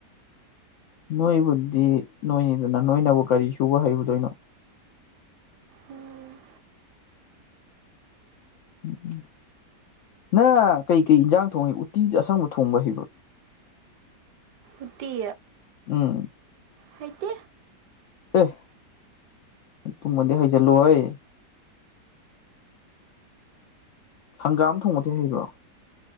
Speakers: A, on the left; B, on the right.
A: ꯅꯣꯏꯕꯨꯗꯤ ꯅꯣꯏꯅꯤꯗꯅ ꯅꯣꯏꯅꯕꯨ ꯀꯔꯤ ꯁꯨꯕ ꯍꯩꯕꯗꯣꯏꯅꯣ
B: ꯎꯝ
A: ꯎꯝ ꯎꯝ ꯅꯪ ꯀꯩꯀꯩ ꯏꯟꯖꯥꯡ ꯊꯣꯡꯍꯩ ꯎꯇꯤꯗ ꯑꯁꯪꯕ ꯊꯣꯡꯕ ꯍꯩꯕ꯭ꯔꯣ
B: ꯎꯇꯤ
A: ꯎꯝ
B: ꯍꯩꯇꯦ
A: ꯑꯦ ꯇꯨ ꯃꯗꯤ ꯍꯩꯖꯜꯂꯨꯍꯦ ꯍꯪꯒꯥꯝ ꯊꯣꯡꯕꯗꯤ ꯍꯩꯕ꯭ꯔꯣ